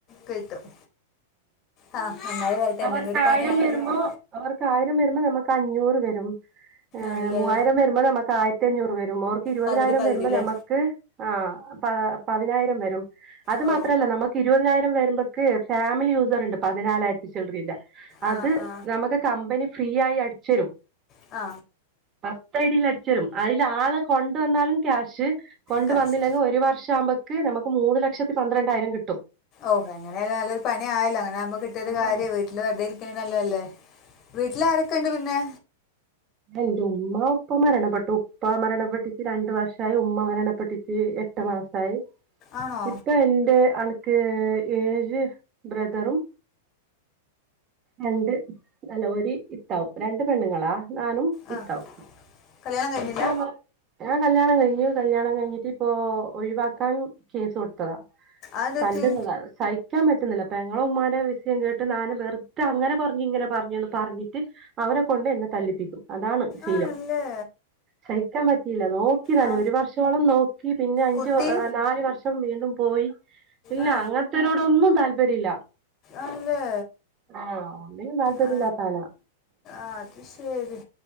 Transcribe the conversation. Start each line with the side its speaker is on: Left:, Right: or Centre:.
Left: കിട്ടും ആ നന്നായി വരട്ടെ
Right: അവർക്കായിരം
Left: എന്തെങ്കിലും ഒരു പണി ആയാലും
Right: വരുമ്പോ അവർക്കായിരം വരുമ്പോ നമുക്ക് അഞ്ഞൂറ് വരും
Left: ആണല്ലേ
Right: മൂവായിരം വരുമ്പോ നമുക്ക് ആയിരത്തി അഞ്ഞൂറ് വരുമ്പോർക്ക് ഇരുപതിനായിരം
Left: പകുതി പകുതി
Right: വരുമ്പോ
Left: അല്ലേ
Right: നമുക്ക് ആ് പ പതിനായിരം വരും അത്
Left: ഓ
Right: മാത്രല്ല നമുക്ക് ഇരുപതിനായിരം വരുമ്പൊക്ക് ഫാമിലി യൂസർ ഉണ്ട് പതിനാലായിരത്തി ചിൽഡ്രറിന്റെ അത്
Left: ആ ആ
Right: നമുക്ക് കമ്പനി ഫ്രീ ആയി അടിച്ചരും
Left: ആ
Right: പത്ത് ഐ ഡിയിൽ അടിച്ചരും അതിൽ ആള്െ കൊണ്ട വന്നാലും ക്യാഷ് കൊണ്ട
Left: കാശ്
Right: വന്നില്ലെങ്കിൽ ഒരു വർഷം ആകുമ്പ നമുക്ക് മൂന്ന് ലക്ഷത്തി പന്ത്രണ്ടായിരം കിട്ടും
Left: ഓഹ അങ്ങനെയല്ല നല്ലരു പണിയായാലോ അങ്ങനെകുമ്പോ കിട്ടിയ
Right: ആഹ്
Left: കാര്യ വീട്ടില് വെറുത ഒ നല്ലതല്ലേ വീട്ടിൽ ആരൊക്കെുണ്ട് പിന്നെ
Right: ണ്ട് ഉമ്മ ഉപ്പ മരണപ്പെട്ടു ഉപ്പ മരണപ്പെട്ടിട്ട രണ്ടു വർഷമായി ഉമ്മ മരണപ്പെട്ടിട്ട എട്ട് മാസമായി
Left: ആണോ
Right: ഇപ്പൊ എന്റെ ആ ഏഴ് ബ്രദറും രണ്ട് അല്ല ഒരു ഇത്താവും രണ്ട് പെണ്ണുങ്ങളാ ാനും
Left: ആ
Right: ഇതാവും
Left: കല്യാണം കഴിഞ്ഞില്ല
Right: ഇഛാ മാ ഹ കല്യാണം കഴിഞ്ഞു കല്യാണം കഴിഞ്ഞിട്ട് ഇപ്പോ ഒഴിവാക്കാൻ കേസ് കൊടുത്തതാ
Left: അത്
Right: തല്ലുന്നതാ
Left: പറ്റി
Right: സഹിക്കാൻ പറ്റുന്നില്ല പെങ്ങളും ഉമ്മാനെ വിഷയം കേട്ട് ഞാന് വെറുതെ അങ്ങനെ പറഞ്ഞു ഇങ്ങനെ പറഞ്ഞുന്ന് പറഞ്ഞിട്ട് അവരെ കൊണ്ട് എന്നെ തല്ലിപ്പിക്കും അതാണ് ശീലം
Left: ആണല്ലേ
Right: സഹിക്കാൻ പറ്റിയില്ല നോക്കി ഞാന്
Left: ആ
Right: ഒരു വർഷോളം നോക്കി പിന്നെ അഞ്ച്
Left: കുട്ടി
Right: നാല് വർഷ വീണ്ടും പോയി ഇല്ല
Left: ആ
Right: അങ്ങത്തനോട് ഒന്നും താല്പര്യ ഇല്ല
Left: ആണല്ലേ
Right: ആ ഒന്നിനും താല്പര്യല്ലാത്ത
Left: ആ
Right: ആളാ
Left: അത് ശരി